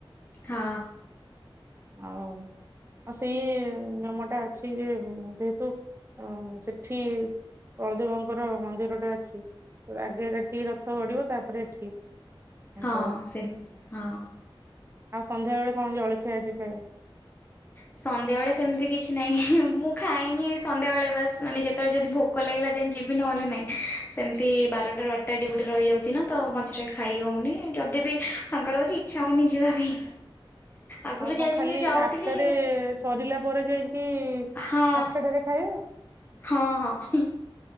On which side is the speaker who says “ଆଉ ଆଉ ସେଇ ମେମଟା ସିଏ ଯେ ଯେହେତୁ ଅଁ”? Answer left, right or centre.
Right